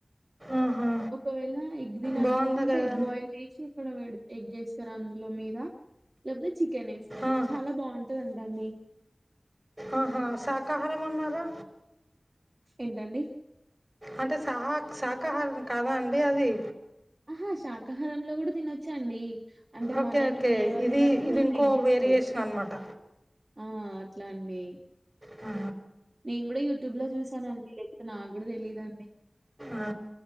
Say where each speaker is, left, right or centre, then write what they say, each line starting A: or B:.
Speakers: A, on the right (about 25°); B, on the right (about 45°).
A: ఆహా
B: ఒకవేళ ఎగ్ తినాలనుకుంటే
A: బాగుంది కదా
B: ఎగ్ బాయిల్ చేసి అక్కడ పెడ్ ఎగ్ వేస్ తారు అందులో మీద లేకపోతే చికెన్ వేస్తారు
A: ఆ.
B: చాలా బాగుంటదంట అండి
A: ఆహా శాకాహారం అన్నారు
B: ఏంటండీ
A: అంటే సహాక్ సాకహారం కాదా అండి అది
B: ఆహా శాకాహారంలో కూడా తినొచ్చండి అంటే
A: ఓకే
B: మనకి
A: ఓకే
B: ఫ్లేవర్
A: ఇది
B: ని బట్టి
A: ఇది
B: మనం
A: ఇంకో
B: ఎగ్ యేసుకోవొచ్చు
A: వేరియేషన్ అనమాట
B: ఆ ఇట్లండీ
A: ఆ
B: నేను కూడా యూట్యూబ్ లో చూసానండి లేకపోతే నాకు కూడా తెలీదండి
A: ఆ